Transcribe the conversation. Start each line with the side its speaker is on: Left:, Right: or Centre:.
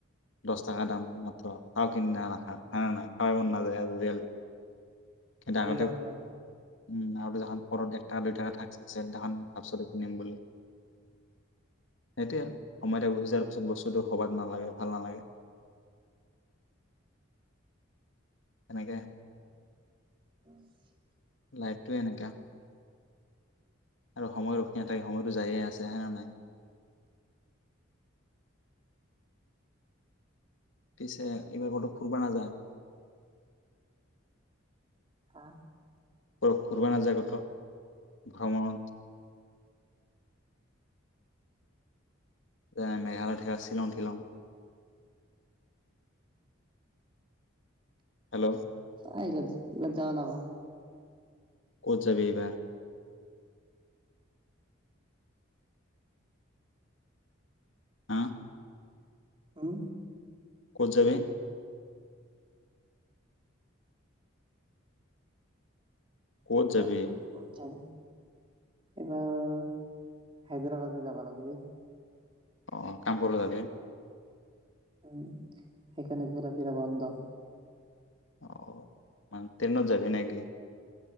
Left: দহ টকা দাম মাত্ৰ তাও কিনি না নাখায় নাই নাই নাই খাবাই মন নাযায় আজিকালি। কিন্তু
Right: আজিকালি
Left: আগতে
Right: নাযাব
Left: উম আৰুখন পৰত একটা দুই টাকা থাক আছে দেখান ভাবছিলো কনিম বুলি সেইটোৱে <unintelligible> পিছত বস্তুটো সবাত নালাগে ভাল নালাগে। তেনেকে
Right: <inaudible>
Left: লাইফটোৱে এনেকা। আৰু সময় ৰখি নাথাকে, সময়টো যায়ে আছে হৈনে নাই। পিছে এইবাৰ ক'তো ফুৰবা নাযা?
Right: হা।
Left: ক ফুৰবা নাযা ক'তো, ভ্ৰমণত? যে মেঘালয় থকা চিলিং তিলং। হেল্ল'।
Right: অ', ইলাদ ইলত যাৱ নক।
Left: ক'ত যাবি এইবাৰ? হা।
Right: হম।
Left: ক'ত যাবি? ক'ত
Right: এইবাৰ
Left: যাবি
Right: এইবাৰ ক'ত যাম? এইবাৰ হাইদ্ৰাবাদত যাব লাগিব দেই।
Left: অ কাম কৰো তাগে
Right: উম সেইকাৰণে ঘূৰা ফুৰা বন্ধ।
Left: অ মান ট্ৰেইনত যাবি নেকি?